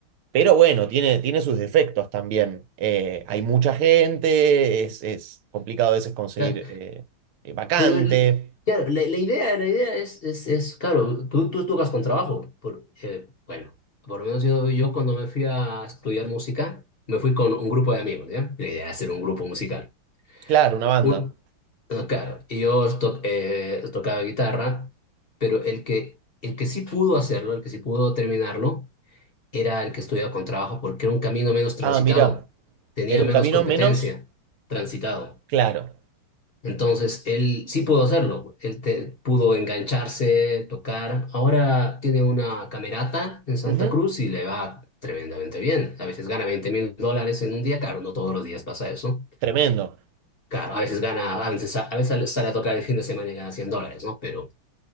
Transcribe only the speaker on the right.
Pero bueno, tiene, tiene sus defectos también. Eh, hay mucha gente, es, es complicado a veces conseguir
eh, eh, vacante.
Claro, una banda.
Ah, mira,
era
un camino
menos
claro.
Ujú,
Tremendo.